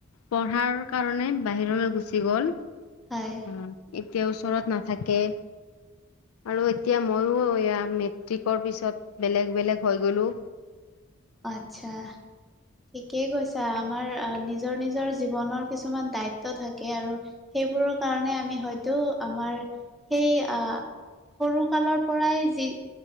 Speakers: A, on the left (about 90°); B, in the centre.
A: পঢ়াৰ কাৰণে বাহিৰলৈ গুচি গ'ল।
B: হয়।
A: অ এতিয়া ওচৰত নাথাকে। আৰু এতিয়া মইও এয়া মেট্ৰিকৰ পিছত বেলেগ - বেলেগ হৈ গ'লোঁ।
B: আচ্ছা। ঠিকেই কৈছা, আমাৰ আ নিজৰ - নিজৰ জীৱনৰ কিছুমান দায়িত্ব থাকে আৰু সেইবোৰৰ কাৰণে আমি হয়তো আমাৰ সেই আহ সৰু কালৰ পৰাই যি